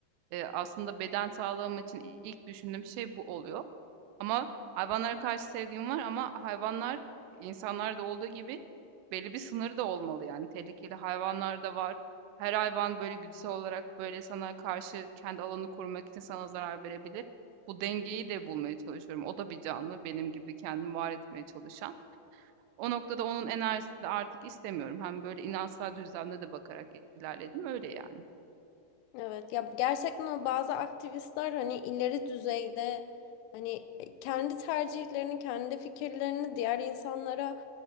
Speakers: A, on the right; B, on the left.
A: Eee, aslında beden sağlığım için ilk düşündüğüm şey bu oluyor. Ama hayvanlara karşı sevgim var ama hayvanlar insanlarda olduğu gibi belli bir sınırı da olmalı yani. Tehlikeli hayvanlar da var. Her hayvan böyle güdüsel olarak böyle sana karşı kendi alanını korumak için sana zarar verebilir. Bu dengeyi de bulmaya çalışıyorum. O da bir canlı, benim gibi kendini var etmeye çalışan. O noktada onun enerjisini de artık istemiyorum. Hem böyle inançsal düzlemde de bakarak ilerledim öyle yani.
B: Evet ya gerçekten o bazı aktivistler hani ileri düzeyde hani e, kendi tercihlerini, kendi fikirlerini diğer insanlara